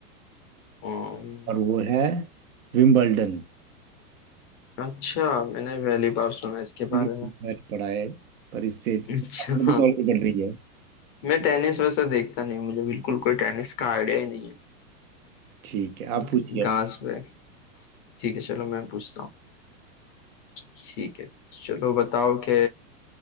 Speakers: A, on the left; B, on the right.
A: अम्म,
B: और वो है विम्बलडन
A: अच्छा मैंने पहली बार सुना इसके
B: मैंने
A: बारे
B: बहुत
A: में
B: बारी पढ़ा है पर इससे
A: अच्छा
B: आपको भी नॉलेज बढ़ रही है
A: मैं टेनिस वैसे देखता नहीं हूँ, मुझे बिल्कुल कोई टेनिस का आइडिया ही नहीं
B: ठीक है आप
A: है
B: पूछिए
A: घास
B: अब
A: पे ठीक है चलो मैं पूछता हूँ ठीक है चलो बताओ कि